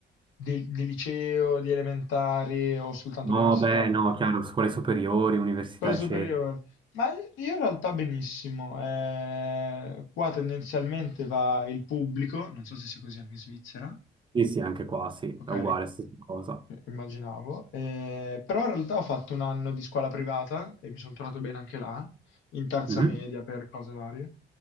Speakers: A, on the left; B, on the right.
A: di- di liceo, di elementari o soltanto
B: No,
A: università?
B: beh, no, chiaro, scuole superiori, università,
A: Quello superiore.
B: eccetera.
A: Ma io in realtà benissimo. eh, qua tendenzialmente va il pubblico, non so se sia così anche in Svizzera.
B: Sì, sì, anche qua, sì,
A: Ok.
B: è uguale, stessa cosa.
A: Immaginavo, Eh, però in realtà ho fatto un anno di scuola privata e mi sono trovato bene anche là, in terza
B: Mhm.
A: media per cose varie,